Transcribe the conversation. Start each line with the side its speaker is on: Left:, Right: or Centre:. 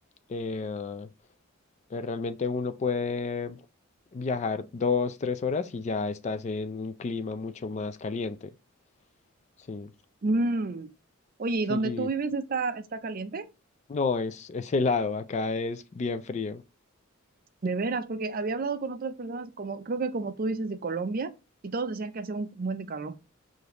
Left: eh, eh, realmente uno puede viajar dos, tres horas y ya estás en un clima mucho más caliente. Sí.
Right: Mm. Oye, ¿y
Left: Sí,
Right: donde
Left: y
Right: tú vives está, está caliente?
Left: no, es, es helado, acá es bien frío.
Right: De veras, porque había hablado con otras personas, como creo que como tú dices, de Colombia, y todos decían que hacía un buen de calor.